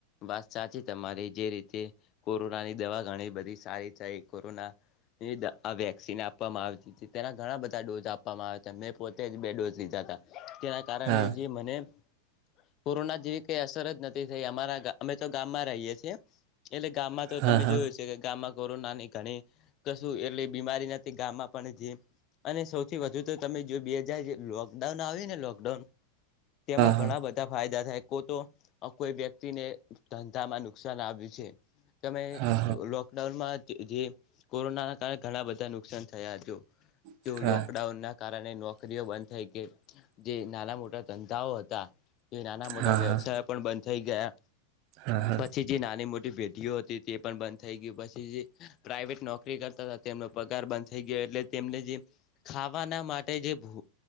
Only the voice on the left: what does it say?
વાત સાચી તમારી જે રીતે કોરોનાની દવા ઘણી બધી સારી થાય કોરોના આ વેક્સિન આપવામાં આવતી તેના ઘણા બધા ડોઝ આપવામાં આવ મેં પોતે જ બે ડોઝ લીધા હતા. તેના કારણે
જે મને કોરોના જેવી કઈ અસર જ નથી થઈ અમારા અમે તો ગામમાં રહીએ છીએ. એટલે ગામમાં તો
તમે
જોયું છે કે ગામમાં કોરોનાની ઘણી કશું એટલે બીમારી ના તે ગામમાં પણ જે અને સૌથી વધુ તો તમે જો બે હજાર લોકડાઉન આવ્યું ને લોકડાઉન તેમાં
ઘણા બધા ફાયદા થાય કો તો કોઈ વ્યક્તિને ધંધામાં નુકસાન આવ્યું છે. તમે
લોકડાઉનમાં જે કોરોનાના કારણે ઘણા બધા નુકસાન થયા છે. જો
લોકડાઉન ના કારણે નોકરીઓ બંધ થઈ ગઈ. જે નાના મોટા ધંધાઓ હતા. એ નાના મોટા
વ્યવસાય
પણ બંધ થઈ ગયા
પછી જે નાની મોટી ભેડીઓ હતી તે પણ બંધ થઈ ગય પછી જે પ્રાઇવેટ નોકરી કરતા હતા તેમનો પગાર બંધ થઈ ગયો. એટલે તેમને જે ખાવાના માટે જે ભૂ